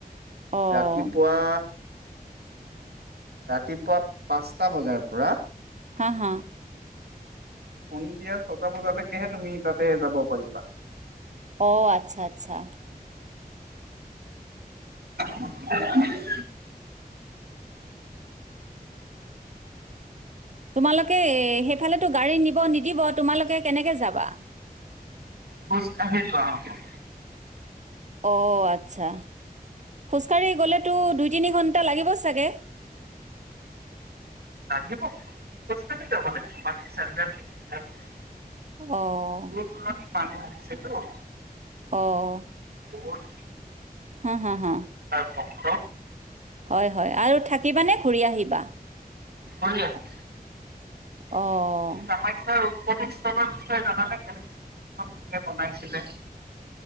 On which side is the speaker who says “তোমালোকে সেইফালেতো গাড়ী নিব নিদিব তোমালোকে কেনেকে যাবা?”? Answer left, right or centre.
Right